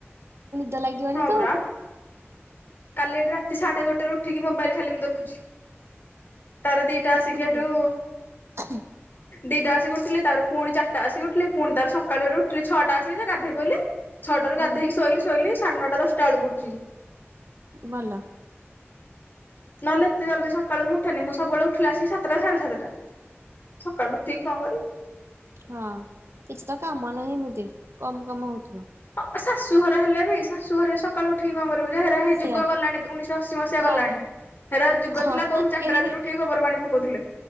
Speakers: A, on the right (about 70°); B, on the left (about 50°).
A: ଦ ଲାଗିବନ
B: ହୁଁ ପରା। କାଲି ଏଠି ରାତି ସାଢେ ଗୋଟେରେ ଉଠିକି ମୋବାଇଲ ଖାଲି ମୁଁ ଦେଖୁଛି। ତାର ଦିଇଟା ଆସିକି
A: ଭଲ
B: ହେଠୁ
A: ଆ ହୁଁ
B: ଦିଟା ଆସିକି ଉଠିଲି ତାର ପୁଣି ଚାରିଟା ଆସିକି ଉଠିଲି ପୁଣି ତାର ସକାଳୁଆରୁ ଉଠିଲି ଛଅଟା ଆସିକି ଯେ ଗାଧଇ ପଇଲି। ଛଟାରୁ
A: ହୁଁ
B: ଗାଧେଇକି ଶୋଇଲି ଶୋଇଲି ସାଢେ ନଅଟା ଦଶଟା ବେଳକୁ ଉଠିଲି।
A: ଭଲ।
B: ନହଲେ ଏତେ ଜଲଦି ସକାଳ ମୁ ଉଠେନି ମୁଁ ସବୁବେଳେ ଉଠିଲା ଏ ଆସିକି ସାତଟା ସାଢେ ସାତଟା। ସକାଳୁ ଉଠିକି କଣ କରିବି?
A: ହଁ କିଛି ତ କାମ ନାହିଁ ଇମିତି କମ କାମ ହଉଥିବ।
B: ଅ ଶାଶୁଘର ହେଲେ ବି ଶାଶୁ ଘରେ ସକାଳୁ ଉଠିକି କଣ କରିବ ହେରା ହେଇ
A: ସେଇଆ
B: ଯୁଗ ଗଲାଣି ଉଣେଇଶହ ଅଶୀ ମସିହା
A: ହଁ।
B: ଗଲାଣି। ହେରା ଯୁଗ
A: ହଁ
B: ଥିଲା ବୋହୁ ଚାରିଟା
A: ହେଇନି
B: ରାତିରେ ଉଠିକି ଗୋବର ପାଣି ପକଉଥିଲେ।